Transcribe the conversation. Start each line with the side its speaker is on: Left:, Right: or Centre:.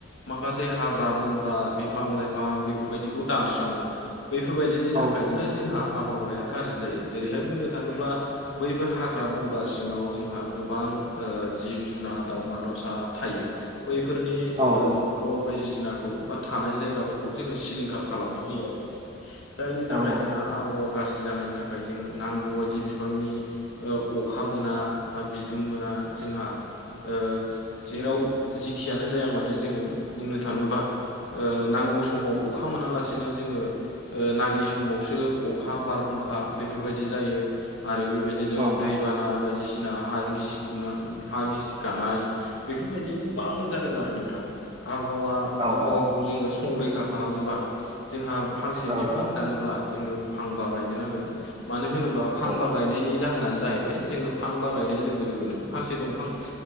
Left: माखासे हा हाग्रा बंग्रा बिफां लाइफां बेफोरबायदिखौ दानस्राङो बैफोरबायदिनि
Right: औ
Left: थाखायनो जोंहा आबहावाया गाज्रि जायो जेरैहाय बुंनो थाङोब्ला बैफोर हाग्रा बंग्रा सिङाव जोंहा गोबां ओ जिब जुनार दावमा दाउसा थायो। बैफोरनि
Right: औ
Left: ओ न'खर बायदिसि सिनाखौ बा थानाय जायगाफोरखौ जोङो सिलिंखार खालामना होयो। जायनि
Right: औ
Left: थाखाय
Right: औ
Left: जोंहा आबहावा गाज्रि जानायनि थाखाय जोङो नांगौ बायदि बिबांनि ओ अखा मोना बा बिदुं मोना जोंहा ओ जेराव जखियानो जाया मानो जोङो बुंनो थाङोबा ओ नांगौ समाव अखा मोनालासिनो जोङो ओ नाङि समावसो अखा बारहुंखा बेफोरबायदि जायो आरो बेबाय बिदिनो
Right: नंगौ औ
Left: दैबाना बायदिसिना हा गिसि गु हा गिसि गानाय। बेफोरबायदि गोबां जादों आरो नोंथां। आबहावा
Right: औ नंगौ
Left: आबहावाखौ जोङो संरैखा खालामनोबा। जोंहा फांसे
Right: नंगौ
Left: बिफां
Right: औ
Left: दानोब्ला जोङो फांबा गायनो नांगोन मानो होनोबा फांबा
Right: औ
Left: गायनायनि जाहोनानो जाहैबाय जोङो फां बा गायनाय लोगो लोगोनो फांसे दंफां बा ओ